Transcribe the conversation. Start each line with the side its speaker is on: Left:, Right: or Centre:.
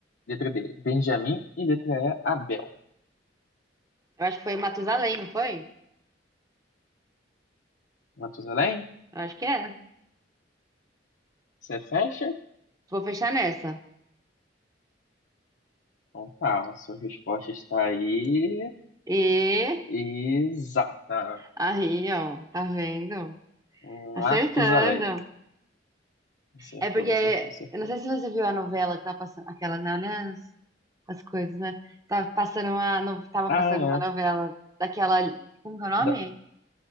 Left: Letra D, Benjamim. E letra E, Abel.
Right: eu acho que foi Matusalém, não foi?
Left: Matusalém,
Right: Eu acho que é.
Left: você fecha?
Right: Vou fechar nessa.
Left: Então tá, a sua resposta está aí.
Right: E
Left: Exata.
Right: aí, ó, tá vendo?
Left: um
Right: Acertando.
Left: lápis Matusalém. Acertou,
Right: É porque,
Left: acertou, acertou.
Right: eu não sei se você viu a novela que tá passando, aquela, né? Olha as, as coisas, né? Tava passando uma, no- tava
Left: Ah,
Right: passando
Left: é.
Right: uma novela daquela, como que é o nome?
Left: Da,